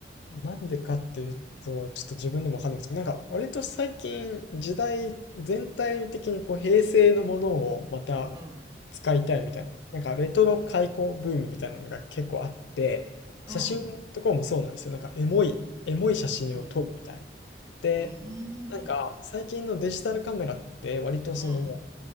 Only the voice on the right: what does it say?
うん、
うん、
うん。
うー
ん、うん。